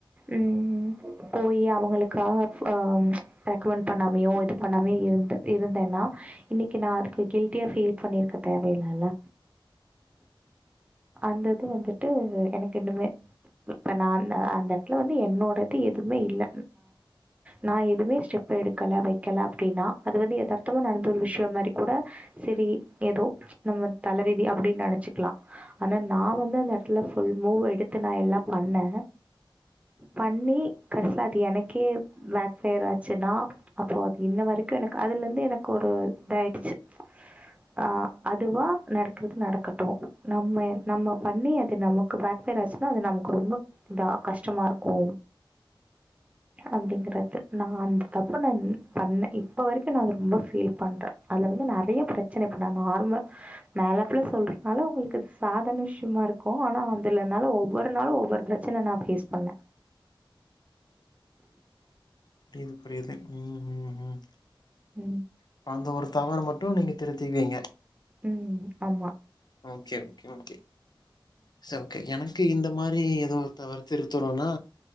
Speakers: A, on the right; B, on the left.
A: ம் போய் அவங்களுக்காக ஆ ரெக்கமெண்ட் பண்ணாமயோ இது பண்ணாமயோ இருந் இருந்தேன்னா இன்னிக்கி நா அதுக்கு கில்டியா பீல் பண்ணிருக்க தேவயில்லல அந்தது வந்துட்டு எனக்கு இன்னமே இப்ப நான் அந்த எடத்ல வந்து என்னோடது எதுமே இல்ல நா எதுமே ஸ்டெப் எடுக்கல வைக்கல அப்டின்னா அது வந்து எதார்த்தமா நடந்த ஒரு விஷயம் மாரி கூட செரி எதோ நம்ம தலவிதி அப்படின் நெனச் ச்சுக்கலா ஆனா நா வந்து அந்த எடத்ல ப்ஃல் மூவ் எடுத்து நா எல்லா பண்ணே பண்ணி கடைசில அது எனக்கே பேக் பஃயர் ஆச்சுன்னா அப்ரோ இன்ன வரைக் கு எனக்கு அதுலருந்து எனக்கு ஒரு இதாயிடுச்சு ஆ அதுவா நடக்றது நடக்கட்டு நம்ம நம்ம பண்ணி அது நமக்கு பேக்பயர் ஆச்சுன்னா அது நமுல்க்கு ரொம்ப இந்தா கஷ்டமா இருக்கோ அப்டிங்கறது நா அந்த தப்பு நா பண்ண இப் இப்ப வரைக்கு நா அது ரொம்ப ஃபீல் பண்ற அதுல வந்து நெறைய பிரச்சன இப்போ நா நார்மல் மேலாப்புல சொல்ற னால உங்களுக்கு சதாரண விஷ்யமா இருக்கு ஆனா அதுல என்னால ஒவ்வொரு நாளு ஒவ்வொரு பிரச்சன நா ஃபேஸ் பண்ண
B: புரியுது புரியுது ம் ம் ம்
A: ம்
B: இப்ப அந்த ஒரு தவற மட்டு நீங்க திருத்திக்குவீங்க
A: ம் ஆமா
B: ஓகே ஓகே ஓகே சேரி ஓகே எனக்கு இந்த மாரி ஏதோ தவறு திருத்துறோனா